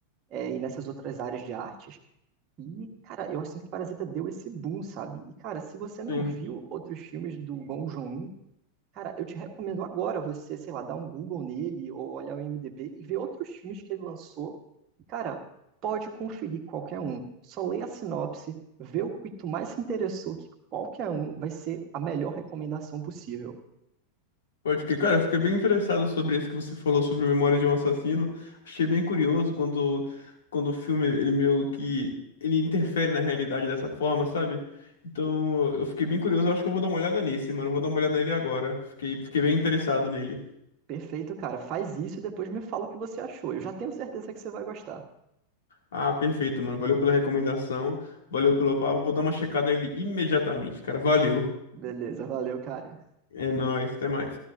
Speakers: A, on the right (about 35°); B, on the left (about 60°).
A: é, e nessas outras áreas de artes. E, cara, eu sinto que Parasita deu esse boom, sabe? E, cara, se você não
B: sim.
A: viu outros filmes do Bong Joon-ho, Cara, eu te recomendo agora você, sei lá, dar um Google nele ou olhar o IMDb e ver outros filmes que ele lançou. E, Cara, pode conferir qualquer um. Só leia a sinopse, vê o que tu mais se interessou, que qualquer um vai ser a melhor recomendação possível.
B: Pode que, cara, eu fiquei bem interessado sobre isso que você falou sobre Memória de um Assassino. Achei bem curioso quando, quando o filme, ele meio que, ele interfere na realidade dessa forma, sabe? Então, eu fiquei bem curioso, eu acho que eu vou dar uma olhada nesse, mano. eu Vou dar uma olhada nele agora. Fiquei, fiquei bem interessado nele.
A: Perfeito, cara. Faz isso e depois me fala o que você achou. Eu já tenho certeza que você vai gostar.
B: Ah, perfeito, mano. Valeu pela recomendação, valeu pelo papo. Vou dar uma checada nele imediatamente, cara. Valeu.
A: Beleza, valeu, cara.
B: É nóis, até mais.